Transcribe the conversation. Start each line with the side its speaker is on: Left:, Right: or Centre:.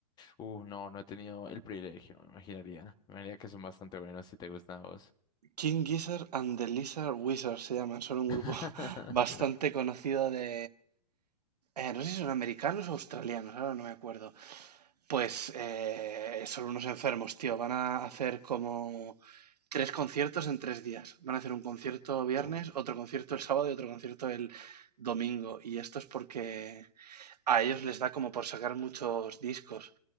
Left: Uh, no, no he tenido el privilegio, me imaginaría. Me imaginaría que son bastante buenos si te gustan a vos.
Right: King Gizzard and the Lizard Wizard se llaman, son un
Left: <laughs>
Right: grupo <laughs> bastante conocido de... eh, no sé si son americanos o australianos, ahora no me acuerdo. Pues eh, son unos enfermos, tío, van a hacer como tres conciertos en tres días. Van a hacer un concierto viernes,
Left: Oh,
Right: otro concierto el sábado y otro concierto el domingo. Y esto es porque a ellos les da como por sacar muchos discos.